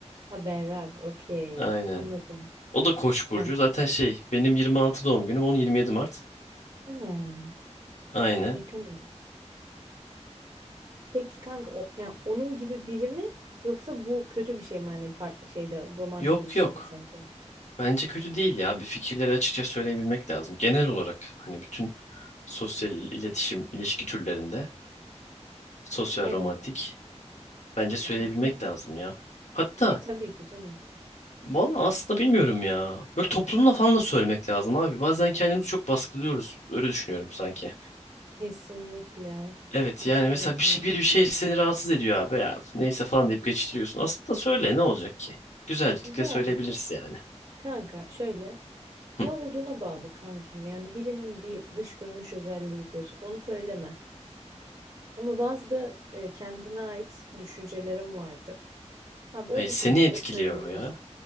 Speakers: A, on the right; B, on the left.
A: Ha Berrak. Okey.
B: Aynen.
A: Anladım.
B: O da Koç
A: Ya.
B: burcu. Zaten şey benim 26 doğum günüm. Onun 27 Mart.
A: Ana.
B: Aynen.
A: Yakınmış. Peki kanka o, yani onun gibi biri mi yoksa bu kötü bir şey mi hani par- şeyde romantik
B: Yok
A: ilişkide
B: yok.
A: sence?
B: Bence kötü değil ya. Bir fikirleri açıkça söyleyebilmek lazım. Genel olarak hani bütün sosyal iletişim, ilişki türlerinde sosyal
A: Evet.
B: romantik bence söyleyebilmek
A: Hı hı.
B: lazım ya. Hatta
A: E tabii ki canım.
B: valla aslında bilmiyorum ya. Böyle toplumla falan da söylemek lazım abi. Bazen kendimizi çok baskılıyoruz. Öyle düşünüyorum sanki.
A: Kesinlikle.
B: Evet
A: Kesinlikle.
B: yani mesela bir şey, bir şey seni rahatsız ediyor abi ya. Neyse falan deyip geçiştiriyorsun. Aslında söyle ne olacak ki? Güzellikle
A: Ya
B: söyleyebilirsin yani.
A: kanka şöyle
B: Hı.
A: ne olduğuna bağlı kankim. Yani birinin bir dış görünüş özelliğidir. Onu söyleme. Ama bazı da e, kendine ait düşüncelerim vardır. Abi
B: Hayır
A: o düşünceleri
B: seni etkiliyor
A: söyleyebilirsin.
B: ya.